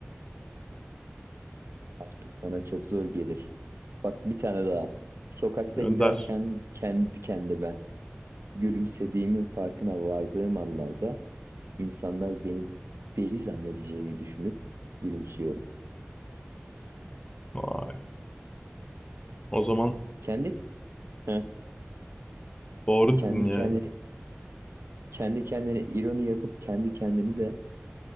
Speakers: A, on the right (about 80°); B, on the left (about 20°).
A: Artık bana çok zor gelir. Bak bir tane daha. Sokakta
B: Gönder.
A: giderken kendi kendime gülümsediğimin farkına vardığım anlarda insanlar beni deli zannedeceğini düşünüp gülümsüyorum.
B: Vay. O zaman
A: Kendi <laughs>
B: doğru
A: Kendi
B: dedin yani.
A: kendine kendi kendine ironi yapıp kendi kendini de